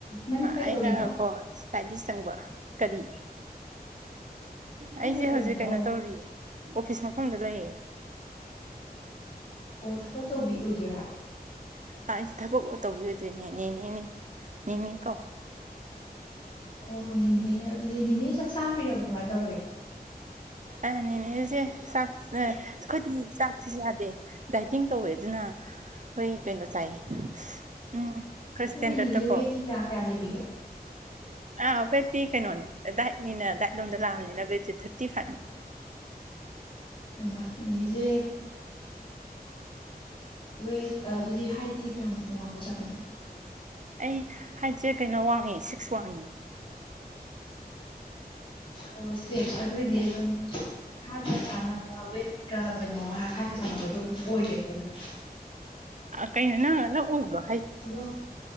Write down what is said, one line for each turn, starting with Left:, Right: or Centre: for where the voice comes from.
Left: ꯅꯪ ꯀꯩꯗꯧꯔꯤꯅꯣ
Right: ꯑꯩꯅ ꯀꯣ ꯁꯄꯦꯟꯗꯤꯁ ꯆꯪꯕ ꯀꯔꯤ
Left: ꯅꯪ
Right: ꯑꯩꯁꯦ
Left: ꯀꯩꯗꯧꯔꯝꯃꯤꯅꯣ
Right: ꯍꯧꯖꯤꯛ ꯀꯩꯅꯣ
Left: ꯑꯣ
Right: ꯇꯧꯔꯤ ꯑꯣꯐꯤꯁ ꯃꯐꯝꯗ ꯂꯩꯌꯦ
Left: ꯑꯣ ꯊꯕꯛ ꯇꯧꯕꯤ ꯑꯣꯏꯗꯣꯏꯔꯥ
Right: ꯑꯩꯁ ꯊꯕꯛ ꯇꯧꯕꯤꯔꯗꯣꯏꯅꯦ ꯅꯦꯅꯦꯅꯦ ꯅꯦꯅꯦ ꯀꯣ
Left: ꯑꯣ ꯦꯅꯦ ꯑꯗꯨꯗꯤ ꯅꯦꯅꯦ ꯆꯥꯛ ꯆꯆꯥ ꯍꯥꯞꯄꯤꯔꯕꯣ ꯀꯃꯥꯏꯅ ꯇꯧꯔꯒꯦ
Right: ꯑꯅꯦꯅꯦ ꯑꯩꯁꯦ ꯆꯥꯛ ꯑꯩꯗꯤ ꯆꯥꯛꯁꯨ ꯌꯥꯗꯦ ꯗꯥꯏꯇꯤꯡ ꯇꯧꯋꯦ ꯑꯗꯨꯅ ꯑꯩ ꯀꯩꯅꯣ ꯆꯥꯏ ꯎꯝ ꯈꯔ ꯏꯁꯇꯦꯟꯗꯔꯠꯇꯀꯣ
Left: ꯑꯣ ꯏꯅꯤꯁꯨ ꯦꯇꯤ ꯀꯌꯥ ꯀꯌꯥ ꯂꯩꯕꯤꯒꯦ
Right: ꯑꯥ ꯕꯦꯠꯇꯤ ꯀꯩꯅꯣꯅꯦ ꯗꯥꯏꯠꯅꯤꯅ ꯗꯥꯏꯠ ꯂꯣꯝꯗ ꯂꯥꯛꯑꯕꯅꯤꯅ ꯕꯦꯁꯤꯤ ꯊꯥꯔꯇꯤ ꯐꯥꯏꯚꯅꯤ
Left: ꯍꯥꯏꯃ ꯅꯖꯦ ꯋꯦꯠ ꯑꯗꯨꯗꯤ ꯍꯥꯏꯠꯇꯤ ꯀꯌꯥꯝ ꯋꯥꯡꯕꯖꯥꯠꯅꯣ
Right: ꯑꯩ ꯍꯥꯏꯁꯦ ꯀꯩꯅꯣ ꯋꯥꯡꯉꯦ ꯁꯤꯛꯁ ꯋꯥꯡꯉꯦ
Left: ꯑꯣ ꯁꯦ ꯑꯗꯨꯏꯗꯤ ꯑꯗꯨꯝ ꯏꯁꯒ ꯆꯥꯟꯅꯕ ꯋꯦꯠꯀ ꯀꯩꯅꯣꯒꯀ ꯆꯥꯟꯅꯕꯗꯣ ꯑꯗꯨꯝ ꯑꯣꯏꯗꯦꯀꯣ ꯑꯗꯨꯗꯤ
Right: ꯀꯩꯅꯅꯅ ꯎꯕ
Left: ꯑꯗꯣ